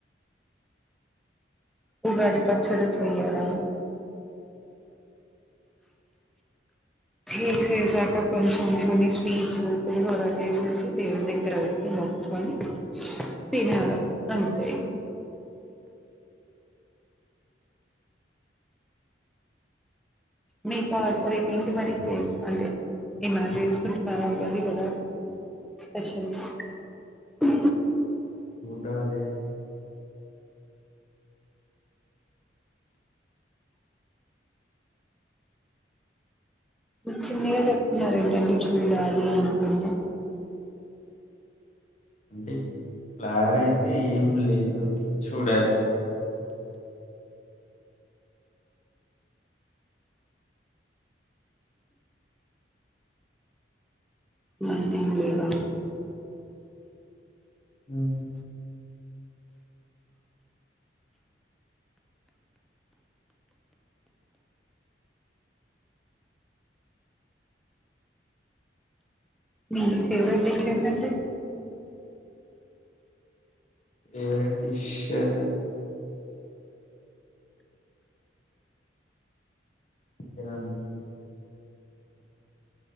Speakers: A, in the centre; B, on the left.
A: ఉగాది పచ్చడి చేయడం చేసేసాక కొంచెం కొన్ని స్వీట్స్ పులిహోర చేసేసి దేవుడి దగ్గర పెట్టి మొక్కుకొని తినడం అంతే మీకు రేపు ఏంటి మరి అంటే ఏమైనా చేసుకుంటున్నారా ఉగాది కదా స్పెషల్స్ ఉ
B: రాలే అండి
A: చిన్నగా చెప్తున్నారు ఏంటండి చూడాలి అనుకుంటే
B: అంటే ప్లాన్ అయితే ఏం లేదు చూడాలి
A: ప్లాన్ ఏం లేదా
B: ఉమ్
A: మీ ఫేవరెట్ డిష్ ఏంటండి
B: ఫేవరెట్ డిష్ త్... ఇదండీ